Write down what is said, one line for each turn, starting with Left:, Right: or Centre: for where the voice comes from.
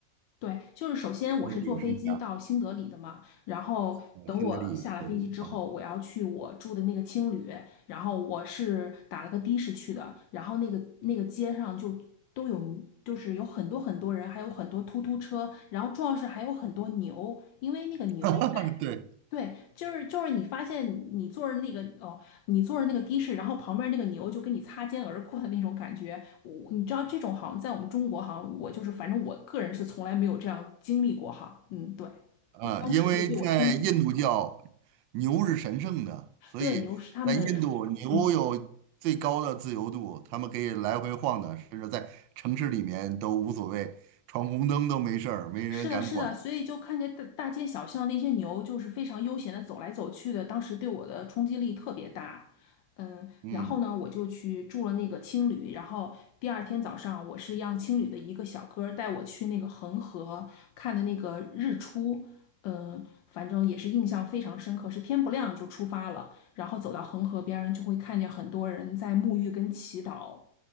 Left: 对，就是首先我是坐飞机到新德里的嘛，
Right: 给我解释一下，
Left: 然后等我下了飞机之后，
Right: 呃，新德里首都啊。
Left: 我要去我住的那个青旅，然后我是打了个的士去的，然后那个那个街上就都有，就是有很多很多人，还有很多突突车，然后主要是还有很多牛，因为那个牛在
Right: 嗯，<laughs> 对。
Left: 对，就是就是你发现你坐着那个哦，你坐着那个的士，然后旁边那个牛就跟你擦肩而过的那种感觉，我你知道这种好像在我们中国好像我就是反正我个人是从来没有这样经历过哈，嗯，对，
Right: 嗯，
Left: 对，当时就对我冲击，
Right: 因为在印度教，牛是神圣的，所以在印度牛有最高的自由度，
Left: 对，牛是他们的，嗯。
Right: 他们可以来回晃的，甚至在城市里面都无所谓，闯红灯都没事儿，没人敢管。
Left: 是的，是的，所以就看见大大街小巷那些牛，就是非常悠闲的走来走去的，当时对我的冲击力特别大。嗯，
Right: 嗯，
Left: 然后呢，我就去住了那个青旅，然后第二天早上，我是让青旅的一个小哥儿带我去那个恒河看的那个日出。嗯，反正也是印象非常深刻，是天不亮就出发了，然后走到恒河边儿，就会看见很多人在沐浴跟祈祷，